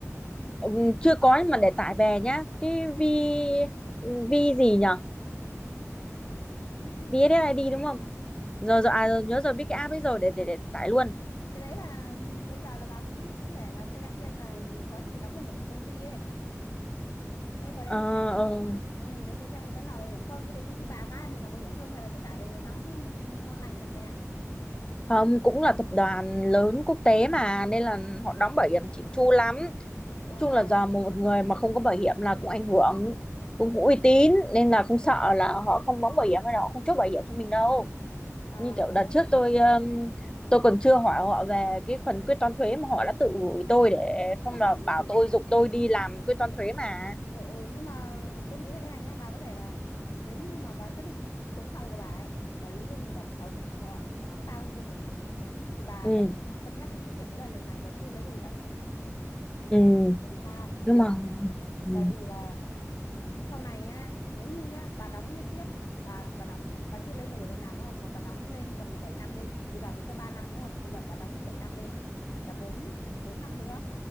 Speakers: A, on the left; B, on the left.
A: ừm, chưa có nhưng mà để tải về nhá. Cái vi ừ, vi gì nhở?
B: như thế
A: VSSID
B: này.
A: đúng không? Rồi rồi à rồi, nhớ rồi biết cái app ấy rồi để để để tải luôn.
B: cái đấy là bây giờ là bà cũng cũng để bà xem xem là quá trình đóng bảo hiểm của công ty ấy đây vào đấy
A: Ờ
B: phải tra như
A: ờ
B: là ừ, để xem xem người ta nào bảo hiểm không thế về công ty bà có ai mình làm bảo hiểm không hay là tất cả đều là đóng ngon lành trọn vẹn
A: Không, cũng là tập đoàn lớn quốc tế mà nên là họ đóng bảo hiểm chỉnh chu lắm.
B: ờ
A: Nói
B: ờ
A: chung là giờ một người mà không có bảo hiểm là cũng ảnh hưởng, cũng, cũng uy tín nên là không sợ là họ không đóng bảo hiểm hay là họ không chốt bảo hiểm cho mình đâu.
B: ờ
A: Như kiểu đợt
B: ờ.
A: trước tôi um, tôi còn chưa hỏi họ về cái phần quyết toán thuế mà họ đã tự gửi tôi để xong
B: <laughs>
A: là bảo tôi giục tôi đi làm quyết toán thuế mà.
B: ừ, ừ, nhưng mà tôi nghĩ là thế này nhá bà có thể là nếu như mà bà xác định chỗ sau của bà ấy mà lương độc bảo hiểm của họ họ đóng cao hơn cho mình thì bà
A: Ừ,
B: có thể cân nhắc những cái việc đó là lần này bà chưa lấy bảo hiểm
A: ừ,
B: tại vì sao
A: nhưng mà ừ.
B: tại vì là sau này nhá nếu như nhá bà đóng liên tiếp bà bà đóng bà chưa lên bảo hiểm lần nào đúng không mà bà đóng lên tầm 7 năm đi bây giờ mới có 3 năm đúng không bây giờ bà đóng lên 7 năm đi là 4 4 năm nữa